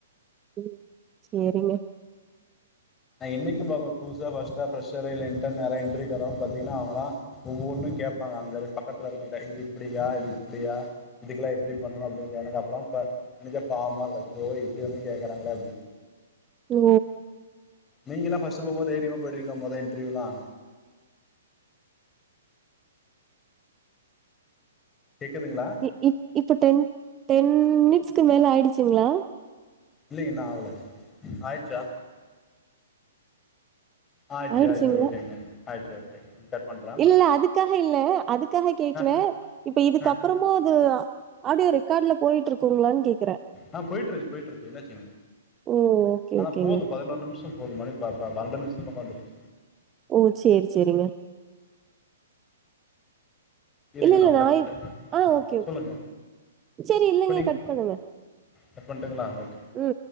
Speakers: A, on the right; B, on the left.
A: ம் சேரிங்க
B: நா என்னைக்கும் பா புதுசா ஃபர்ஸ்டா ஃப்ரெஷர இல்ல என்டர் நைய எ இன்ட்ரியுகு வர்றோம் பாத்தீங்கன்னா அவுங்களா ஒவ்வொன்னும் கேப்பாங்க அங்க பக்கத்துல இருக்குறவுங்கிட்டா இது இப்பிடியா இது இப்பிடியா இதுக்கெல்லாம் எப்டி பண்ணணும் அப்டின் கேக்குறக்கு எனக்கு அப்பலாம் இப்ப நினைச்சா பாவம்மா இருக்கும் எப்டி வந்து கேக்குறாங்களே அப்படின்னு
A: ஓ
B: நீங்கல்லாம் ஃபர்ஸ்ட் போம்போது தைரியமா போயிடுவீங்களா மொத இன்டர்வூலாம் கேக்குதுங்களா
A: இ இப் இப்ப டென் டென் மினிட்ஸ்க்கு மேல ஆயிடுச்சுங்களா
B: இல்ல இன்னும் ஆவல ஆயிச்சா ஆயிச்சு
A: ஆயிடுச்சுங்க
B: ஆயிச்சு ஓகேங்க ஆயிச்சு ஓகே கட் பண்ற
A: இல்ல அதுக்காக இல்ல அதுக்காக கேக்கல
B: ஆ
A: இப்ப இதுக்கப்புறம்
B: ஆ
A: போது ஆடியோ ரெக்கார்ட்ல போயிட்டு இருக்குங்களானு கேக்
B: ஆ போயிட்டு இருக்கு போயிட்டு இருக்கு என்னாச்சுங்க
A: ஓ! ஓகே,
B: ஆனா
A: ஓகேங்க.
B: போதும் பதினோரு நிமிஷம் போது மணி பாப்பா வ நிஷம் பக்க வந்துச்சு
A: ஓ சரி சரிங்க
B: இருங்க
A: இல்ல, இல்ல
B: நான் கட் பண்ணற
A: இப் ஆ ஓகே,
B: சொல்லுங்க
A: ஓகே. சரி இல்லங்க
B: இப்ப நீங்
A: கட் பண்ணுங்க.
B: கட் பண்ட்டுங்களங்களா ஓகே
A: ம்